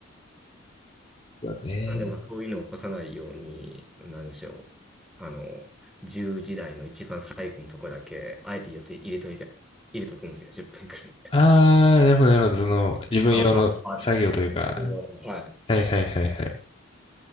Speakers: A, on the left (about 30°); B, in the centre.
A: すよね。
B: なんで、まあ、そういうのを起こさないように、なんでしょう。あの、10時台の一番最後のところだけ、あえて予定入れといて、入れとくんですよ、10分くらい。
A: ああ、なるほど、なるほど。その、自分用の作業というか、
B: あ、バッファーっていうか、はい。
A: はいはいはいはい。